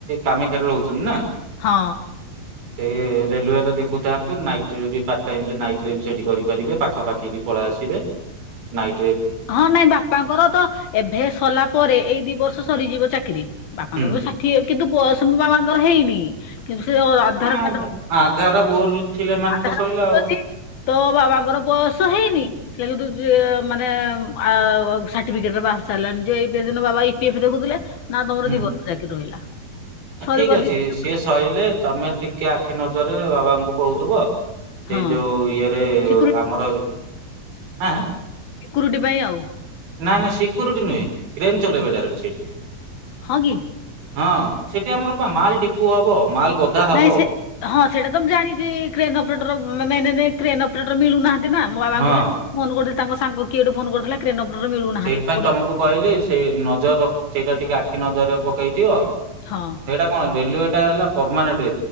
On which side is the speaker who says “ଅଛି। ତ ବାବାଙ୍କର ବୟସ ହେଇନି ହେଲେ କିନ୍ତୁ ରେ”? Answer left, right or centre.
Left